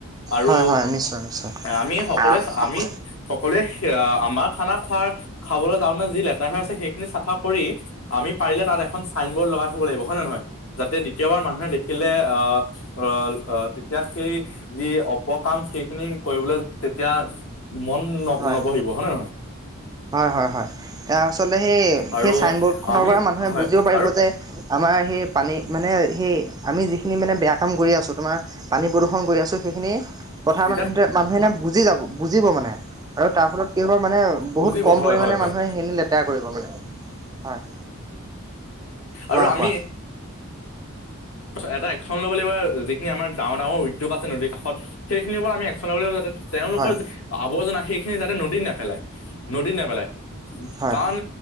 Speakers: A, on the left; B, on the right.
A: আৰু
B: হয় হয় নিশ্চয় নিশ্চয়
A: আমি সকলোৱে
B: হয় হয় হয়
A: আমি সকলোৱে আমাৰ খানা খা খাবলৈ যা যি লেতেৰা হৈ আছে সেইখিনি চাফা কৰি আমি পাৰিলে তাত এখন চাইনবৰ্ড লগাই থব লাগিব হয় নে নহয় যাতে দ্বিতীয়বাৰ মানুহে দেখিলে আ আ তেতিয়া সেই যি অপকাম সেইখিনি কৰিবলৈ তেতিয়া মন
B: হয়
A: নবঢ়িব হয়নে নহয়
B: হয় হয় হয় তাৰ আচলতে সেই
A: আৰু
B: সেই চাইনবৰ্ড খনৰ
A: আমি
B: পৰা মানুহে
A: হয়
B: বুজিব পাৰিব
A: আৰু
B: যে আমাৰ সেই পানী মানে সেই আমি যিখিনি মানে বেয়া কাম কৰি আছোঁ তোমাৰ পানী প্ৰদূষণ কৰি আছোঁ সেইখিনি কথা
A: এতিয়া
B: মানুহ মানুহে এনে বুজি যাব বুজিব মানে আৰু তাৰ ফলত কি হ'ব মানে বহুত
A: বুজিব
B: কম
A: হয়
B: পৰিমাণে
A: হয় হয়
B: মানুহে সেইখিনি লেতেৰা কৰিব মানে হয় কোৱা
A: আৰু আমি
B: কোৱা
A: এটা একশন ল'ব লাগিব যিখিনি আমাৰ এটা এটা একশন ল'ব লাগিব যিখিনি আমাৰ ডাঙৰ ডাঙৰ উদ্যোগ আছে নদীৰ কাষত সেইখিনিৰ ওপৰত আমি একশন ল'ব লাগিব যাতে তেওঁলোকৰ
B: হয়
A: আৱৰ্জনা সেইখিনি যাতে নদীত নেপেলায় নদীত নেপেলাই
B: হয়
A: কাৰণ